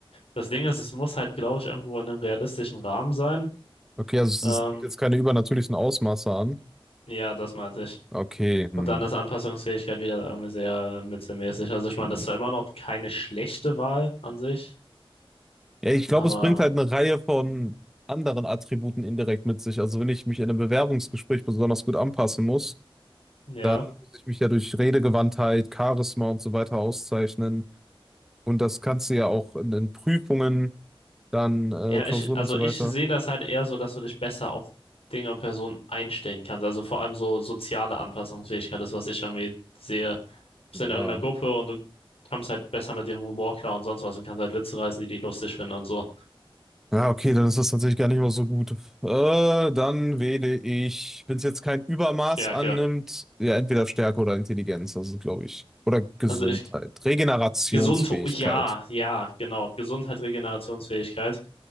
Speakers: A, on the left (about 85°); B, in the centre.
A: das Ding ist, es muss halt, glaube ich, irgendwo in einem realistischen Rahmen sein.
B: Okay, also
A: Ähm,
B: es ist- jetzt keine übernatürlichen Ausmaße an.
A: ja, das meinte ich.
B: Okay, hm.
A: Und dann ist Anpassungsfähigkeit wieder irgendwie sehr mittelmäßig. Also ich meine,
B: hm.
A: das ist zwar immer noch keine schlechte Wahl an sich,
B: Ja, ich glaube,
A: aber
B: es bringt halt eine Reihe von anderen Attributen indirekt mit sich. Also wenn ich mich in einem Bewerbungsgespräch besonders gut anpassen muss,
A: ja.
B: dann muss ich mich ja durch Redegewandtheit, Charisma und so weiter auszeichnen. Und das kannst du ja auch in, in Prüfungen, dann äh,
A: Ja,
B: Klausuren
A: ich, also
B: und so
A: ich
B: weiter.
A: sehe das halt eher so, dass du dich besser auf Dinge und Personen einstellen kannst. Also vor allem so soziale Anpassungsfähigkeit ist, was ich irgendwie sehe. Du bist
B: Ja.
A: in irgendeiner Gruppe und du kommst halt besser mit dem Humor klar und sonst was und kannst halt Witze reißen, die die lustig finden und so.
B: Ja, okay, dann ist das tatsächlich gar nicht mal so gut. Äh, dann wähle ich, wenn es jetzt kein Übermaß
A: Stärke.
B: annimmt, ja, entweder Stärke oder Intelligenz, das ist, glaube ich. Oder Gesundheit.
A: Also ich,
B: Regenerationsfähigkeit.
A: gesund, ja, ja, genau. Gesundheit, Regenerationsfähigkeit.